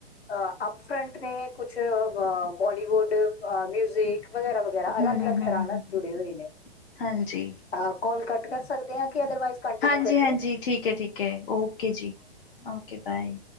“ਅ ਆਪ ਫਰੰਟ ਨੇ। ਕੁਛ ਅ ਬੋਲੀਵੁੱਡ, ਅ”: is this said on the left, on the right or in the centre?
Left